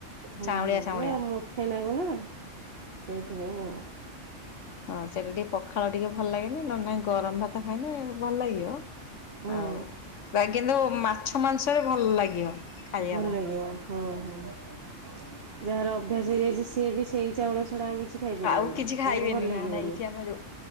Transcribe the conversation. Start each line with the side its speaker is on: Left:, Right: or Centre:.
Right: ହୁଁ
Left: ଚାଉଁଳିଆ
Right: ହୁଁ
Left: ଚାଉଁଳିଆ।
Right: ଏ ମୁଠେଇ ନାଗୁନା ସେଇଥିପାଇ ଆଉ।
Left: ହଁ ସେଟା ଟିକେ ପଖାଳ ଟିକେ ଭଲ ଲାଗେନି ନ ନାଇଁ ଗରମ ଭାତ ଖାଇନେ ଭଲ ଲାଗିବ।
Right: ହୁଁ
Left: ଆଉ କିନ୍ତୁ ମାଛ ମାଂସରେ ଭଲ ଲାଗିବ। ଖାଇବା
Right: ଭଲ
Left: ପାଇଁ
Right: ଲାଗିବ ହଁ ହଁ। ଯାହାର ଅଭ୍ୟାସ ହେଇଯାଇଛି ସିଏ ବି ସେଇ ଚାଉଳ ଛଡା ଆଉ କିଛି ଖାଇପାରିବେନି
Left: ଆଉ କିଛି ଖାଇବିନି
Right: ତାଙ୍କୁ ଭଲ ଲାଗିବନି।
Left: ନା ନା ଏଇଠି ଆମର ଯୋଉଁ